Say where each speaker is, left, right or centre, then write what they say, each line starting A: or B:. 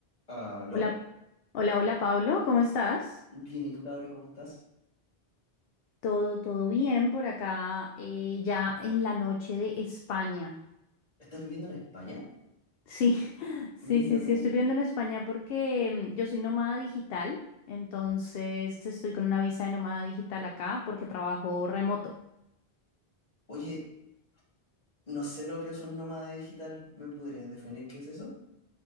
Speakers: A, on the left; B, on the left.
A: ¿Aló?
B: Hola, hola, hola Pablo, ¿cómo estás?
A: Bien, ¿y tú, Laura, cómo estás?
B: Todo, todo bien por acá, eh, ya en la noche de España.
A: ¿Estás viviendo en España?
B: Sí, <laughs> sí,
A: Mira
B: sí, sí,
A: tú.
B: estoy viendo en España porque mm, yo soy nómada digital, entonces estoy con una visa de nómada digital acá porque trabajo remoto.
A: Oye, no sé lo que es un nómada digital. ¿Me podrías definir qué es eso?